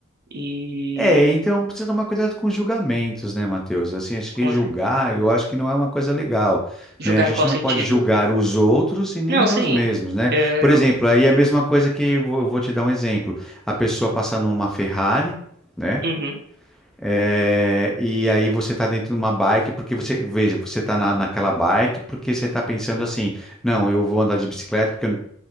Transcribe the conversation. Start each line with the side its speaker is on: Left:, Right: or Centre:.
Right: E.
Centre: É, então precisa tomar cuidado com julgamentos, né, Matheus? Assim, acho
Right: Como
Centre: que julgar,
Right: assim?
Centre: eu acho que não é uma coisa legal,
Right: Julgar
Centre: né? A gente
Right: em qual sentido?
Centre: não pode julgar os outros e nem
Right: Não,
Centre: a
Right: sim.
Centre: nós mesmos, né?
Right: Eu...
Centre: Por exemplo, aí é a mesma coisa que eu vou eu vou te dar um exemplo. A pessoa passar numa Ferrari, né?
Right: Uhum,
Centre: É, e aí você está dentro de uma bike porque você, veja, você está na, naquela bike porque você está pensando assim, não, eu vou andar de bicicleta porque eu